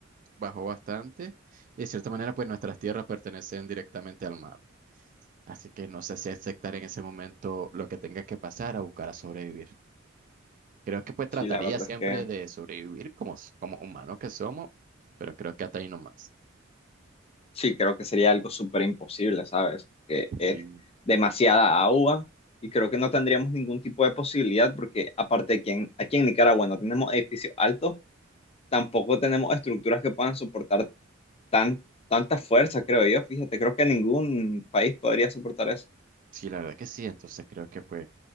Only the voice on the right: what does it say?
bajó bastante y de cierta manera pues nuestras tierras pertenecen directamente al mar. Así que no sé si aceptar en ese momento lo que tenga que pasar a buscar a sobrevivir. Creo que pues trataría
siempre
de sobrevivir como, s- como humanos que somos, pero creo que hasta ahí nomás.
Sí,
sí, la verdad que sí. Entonces creo que pues